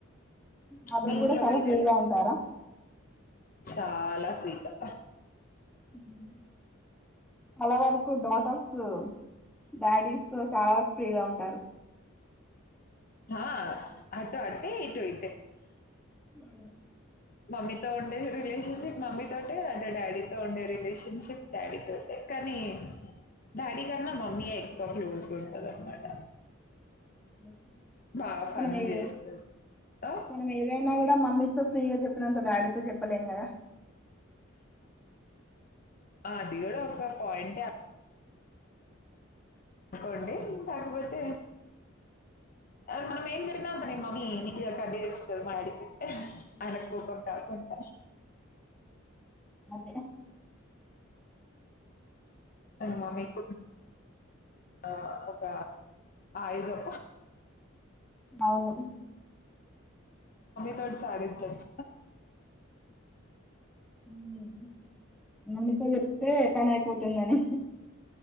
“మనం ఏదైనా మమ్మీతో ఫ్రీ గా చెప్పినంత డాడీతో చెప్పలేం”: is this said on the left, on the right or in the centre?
Centre